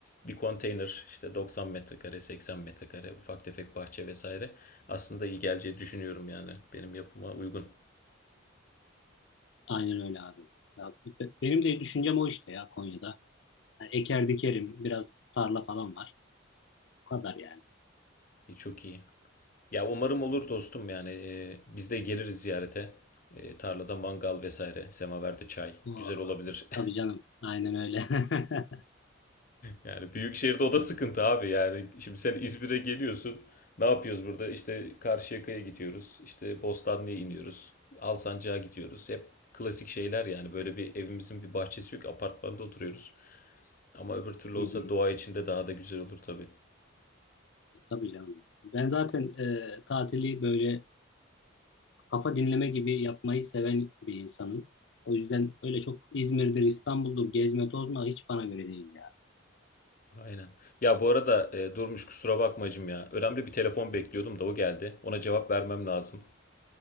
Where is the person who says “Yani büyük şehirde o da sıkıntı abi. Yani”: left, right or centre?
Left